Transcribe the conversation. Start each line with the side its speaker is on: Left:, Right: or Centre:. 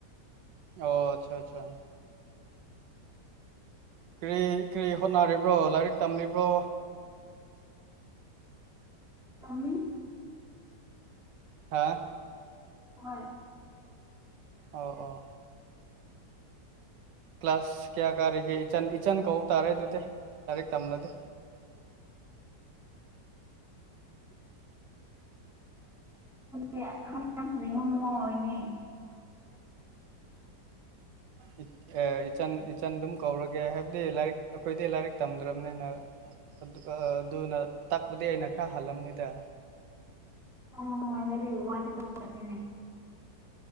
Right: ꯑꯣ ꯑꯆꯥ ꯑꯆꯥ ꯀ ꯀ ꯍꯣꯠꯅꯔꯤꯕ꯭ꯔꯣ ꯂꯥꯏꯔꯤꯛ ꯇꯝꯂꯤꯕ꯭ꯔꯣ
Centre: ꯑꯃꯃꯤ
Right: ꯍꯥ
Centre: ꯍꯣꯏ
Right: ꯑꯣ ꯑꯣ ꯀ꯭ꯂꯥꯁ ꯀꯌꯥ ꯀꯥꯔꯤꯒꯦ ꯏꯆꯟ ꯏꯆꯟ ꯀꯧꯕ ꯇꯥꯔꯦ ꯑꯗꯨꯗꯤ ꯂꯥꯏꯔꯤꯛ ꯇꯝꯂꯗꯤ
Centre: ꯅꯪꯗꯤ ꯁꯅꯤꯡꯉꯣ ꯅꯑꯣ ꯏꯅꯦ
Right: ꯎ ꯏꯆꯟ ꯏꯆꯟ ꯑꯗꯨꯝ ꯀꯧꯔꯒꯦ ꯍꯥꯏꯕꯗꯤ ꯂꯥꯏꯔꯤꯛ ꯑꯩꯈꯣꯏꯗꯤ ꯂꯥꯏꯔꯤꯛ ꯇꯝꯗ꯭ꯔꯕꯅꯤꯅ ꯑꯗꯨꯅ ꯇꯥꯛꯄꯗꯤ ꯑꯩꯅ ꯈꯔ ꯍꯜꯂꯝꯅꯤꯗ
Centre: ꯑꯉ ꯋꯥꯗꯤ ꯀꯁꯅꯦ